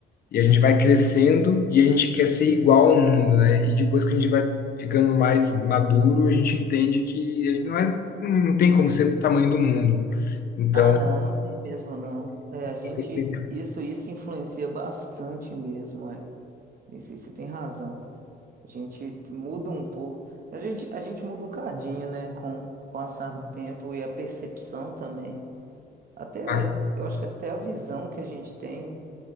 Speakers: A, on the left (about 50°); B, on the right (about 50°).
A: E a gente vai crescendo e a gente quer ser igual ao mundo, né? E depois que a gente vai ficando mais maduro, a gente entende que a gente não é, não tem como ser do tamanho do mundo. Então,
B: Ah, não, não tem mesmo, não. É, a gente,
A: vocês têm-
B: isso, isso influencia bastante mesmo, é. Isso, aí você tem razão. A gente muda um pouco. A gente, a gente muda um cadinho, né? Com o passar do tempo e a percepção também. Até,
A: ah,
B: eu acho que até a visão que a gente tem,